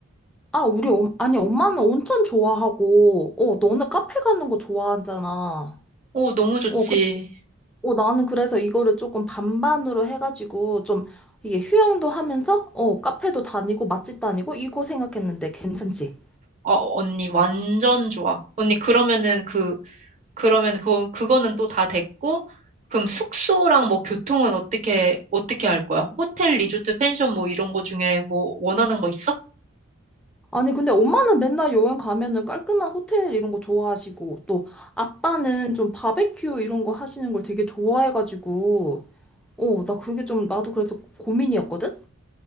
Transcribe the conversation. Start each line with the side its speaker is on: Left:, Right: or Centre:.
Centre: 아, 우리 엄, 아니, 엄마는 온천 좋아하고, 어, 너는 카페 가는 거 좋아하잖아.
Right: 오, 너무 좋지.
Centre: 어, 그, 어, 나는 그래서 이거를 조금 반반으로 해가지고, 좀, 이게 휴양도 하면서, 어, 카페도 다니고, 맛집 다니고, 이거 생각했는데, 괜찮지?
Right: 어, 언니, 완전 좋아. 언니, 그러면은 그, 그러면 그, 그거는 또 다 됐고, 그럼 숙소랑 뭐 교통은 어떻게, 어떻게 할 거야? 호텔, 리조트, 펜션 뭐 이런 거 중에 뭐 원하는 거 있어?
Centre: 아니, 근데 엄마는 맨날 여행 가면은 깔끔한 호텔 이런 거 좋아하시고, 또, 아빠는 좀 바베큐 이런 거 하시는 걸 되게 좋아해가지고, 어, 나 그게 좀, 나도 그래서 고민이었거든?